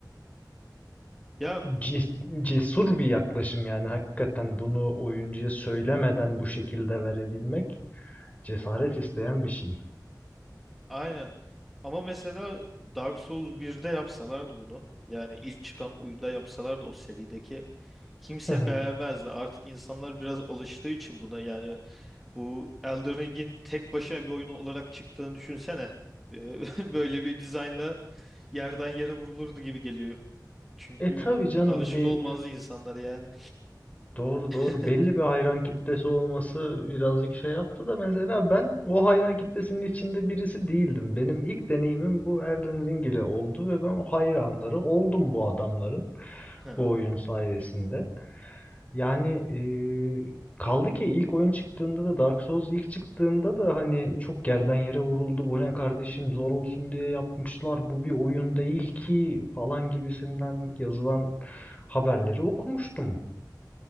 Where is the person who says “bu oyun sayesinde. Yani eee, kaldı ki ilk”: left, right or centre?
Left